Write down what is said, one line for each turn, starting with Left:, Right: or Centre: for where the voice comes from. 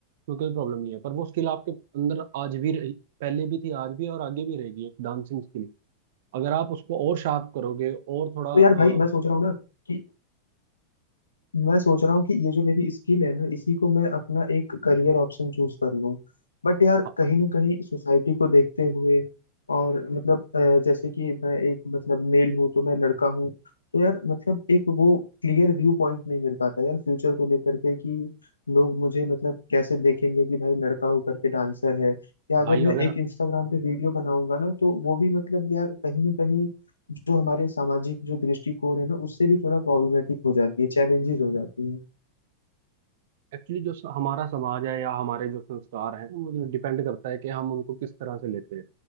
Right: तो कोई प्रॉब्लम नहीं है पर वो स्किल आपके अंदर आज भी रही पहले भी थी आज भी है और आगे भी रहेगी एक डांसिंग स्किल अगर आप उसको और शार्प करोगे और थोड़ा
Left: तो
Right: अ,
Left: यार भाई मैं सोच रहा हूँ ना कि मैं सोच रहा हूँ कि ये जो मेरी स्किल है ना इसी को मैं अपना एक करियर ऑप्शन चूज कर लूँ बट यार
Right: हाँ,
Left: कहीं ना कहीं सोसाइटी को देखते हुए और मतलब अ, जैसे कि मैं एक मतलब मेल हूँ तो मैं लड़का हूँ तो यार मतलब एक वो क्लियर व्यू पॉइंट नहीं मिल पाता यार फ्यूचर को लेकर के कि लोग मुझे मतलब कैसे देखेंगे कि भाई लड़का होकर के डांसर है या अगर
Right: भाई
Left: मैं
Right: अगर
Left: एक इंस्टाग्राम पे वीडियो बनाऊंगा ना तो वो भी मतलब यार कहीं ना कहीं जो हमारे सामाजिक जो दृष्टिकोण है ना उससे भी थोड़ा प्रॉब्लमेटिक हो जाती है चैलेंजेस हो जाती है
Right: एक्चुअली जो स- हमारा समाज है या हमारे जो संस्कार हैं वो मतलब डिपेंड करता है कि हम उनको किस तरह से लेते हैं